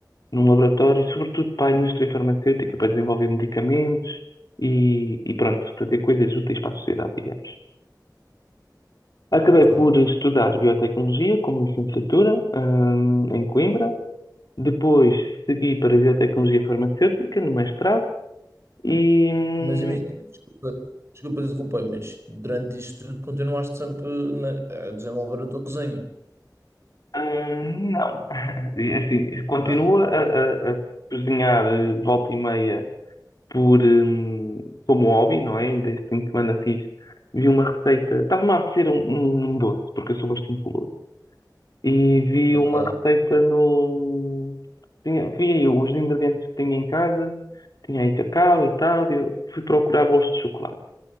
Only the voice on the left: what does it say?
num laboratório, sobretudo para a indústria farmacêutica, para desenvolver medicamentos e, e pronto, fazer coisas úteis para a sociedade, digamos.
Acabei por estudar biotecnologia como licenciatura hum, em Coimbra. Depois segui para biotecnologia farmacêutica no mestrado. E, hum,
Hum, não. <laughs> E, Assim, continua
a, a- a cozinhar eh, volta e meia por, hum, como hobby, não é? Ainda este fim de semana fiz, vi uma receita, estava-me a apetecer um, um- um doce, porque eu sou bastante guloso, e vi
uma receita no... Tinha, vi aí os ingredientes que tinha em casa, tinha aí cacau e tal, e eu fui procurar bolos de chocolate.